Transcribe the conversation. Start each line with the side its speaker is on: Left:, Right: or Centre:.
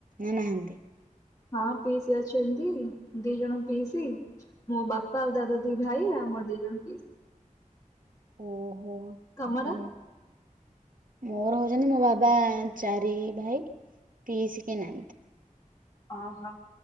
Right: ନା ନାହାନ୍ତି?
Left: ହଁ, ପିଇସି ଅଛନ୍ତି। ଦି ଜଣ ପିଇସି। ମୋ ବାପା ଆଉ ଦାଦା ଦି ଭାଇ, ଆଉ ମୋର ଦିଇ ଜଣ ପିଇସି।
Right: ଓହୋ!
Left: ତମର?
Right: ହୁଁ। ମୋର ହଉଛନ୍ତି, ମୋ ବାବା ଚାରି ଭାଇ ପିଇସି କିଏ ନାହାନ୍ତି।
Left: ଅହ,